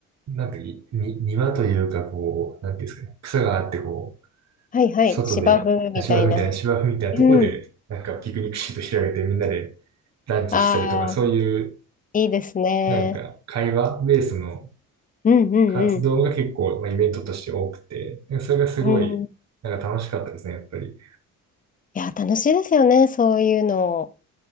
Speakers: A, on the right; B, on the left.
A: なんていうか、に、庭というかこう、なんていうんですかね、草があってこう、
B: はいはい。
A: 外で、
B: 芝生みたいな。
A: 芝生みたいな、芝生みたいなとこで、
B: うん。
A: なんかピクニックシート広げてみんなでランチしたりとか、
B: ああ、
A: そういう、
B: いいですね。
A: なんか会話ベースの
B: うんうん
A: 活動が結構、まあ、イベントとして多くて、なんかそれがすごい、
B: うん。
A: なんか楽しかったですね、やっぱり。
B: いや、楽しいですよね、そういうの。